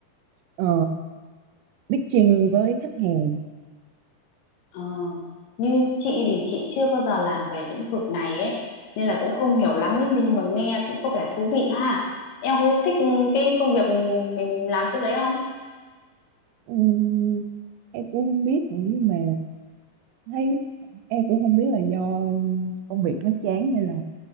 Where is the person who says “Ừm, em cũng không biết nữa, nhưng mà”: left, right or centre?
Right